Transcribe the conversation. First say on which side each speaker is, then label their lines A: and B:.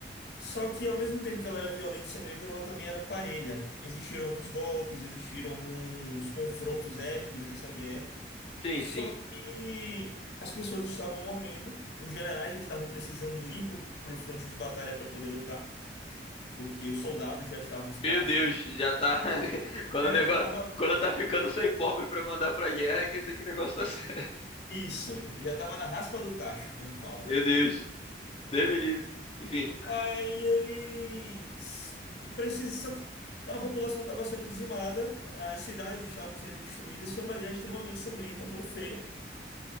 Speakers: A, on the left; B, on the left.
A: Só que ao mesmo tempo que ela era violenta e sangrenta, ela também era parelha. Existiram alguns golpes, existiram alguns confrontos épicos nessa guerra.
B: Sim,
A: Só
B: sim.
A: que as pessoas estavam morrendo, os generais já estavam precisando ir para o fronte de batalha para poder lutar porque os soldados já estavam escassos.
B: Meu Deus, já tá. <laughs> Quando
A: É,
B: o negócio.
A: já tava
B: Quando tá ficando sem pobre pra mandar pra guerra, quer dizer que o negócio tá certo.
A: isso, já tava na raspa do tacho, como falam,
B: Meu
A: né?
B: Deus. Deus me livre. Enfim.
A: Aí eles precisam, a população estava sendo dizimada, as cidades estavam sendo destruídas, foi uma guerra extremamente sangrenta, muito feia.